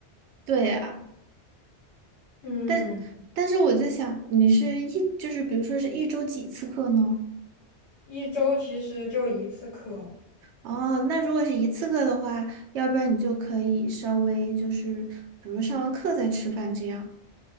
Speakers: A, on the right; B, on the left.
A: 对呀，
B: 嗯，
A: 但但是我在想，你是一就是比如说是一周几次课呢？
B: 一周其实就一次课。
A: 哦，那如果是一次课的话，要不然你就可以稍微就是比如上完课再吃饭这样。